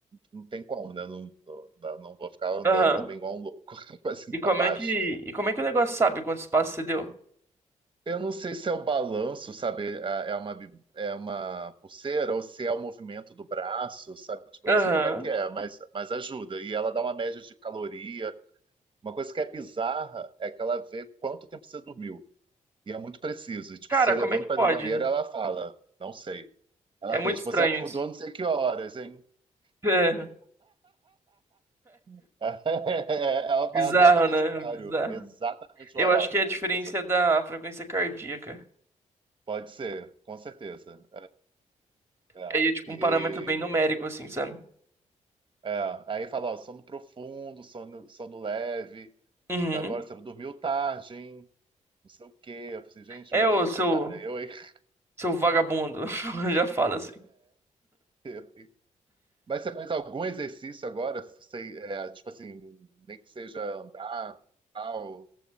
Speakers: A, on the right; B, on the right.
A: não tem como, né? Não, não, não vou ficar andando
B: Aham.
A: também igual um louco, <laughs> assim,
B: E
A: pra
B: como
A: baixo.
B: é que, e como é que o negócio sabe quantos passos você deu?
A: Eu não sei se é o balanço, sabe? É é uma, bi- é uma pulseira ou se é o movimento do braço, sabe? Tipo,
B: Aham.
A: eu não sei como é que é, mas, mas ajuda. E ela dá uma média de caloria. Uma coisa que é bizarra é que ela vê quanto tempo você dormiu. E é muito preciso. E, tipo,
B: Cara,
A: se eu
B: como
A: levanto
B: é que pode?
A: para ir no banheiro, ela fala, não sei. Ela
B: É muito
A: vê, tipo,
B: estranho
A: você acordou
B: isso.
A: não sei que horas, hein?
B: <laughs>
A: <laughs> Ela
B: Bizarro,
A: fala exatamente
B: né?
A: o horário.
B: Bizarro.
A: Exatamente
B: Eu
A: o horário.
B: acho que é a diferença
A: É impressionante.
B: é da frequência cardíaca.
A: Pode ser, com certeza. É,
B: Aí é tipo
A: é.
B: um parâmetro bem numérico,
A: E
B: assim, sabe?
A: É, aí fala, ó, sono profundo, sono, sono leve,
B: Uhum.
A: sabe? Olha, você dormiu tarde, hein? Não sei o quê. Eu falei assim, gente,
B: É
A: me deixa,
B: o seu,
A: cara. Eu, hein? <laughs>
B: seu vagabundo, <laughs> já fala assim.
A: Eu, hein? Mas você faz algum exercício agora? Você, é, tipo assim, nem que seja andar, tal,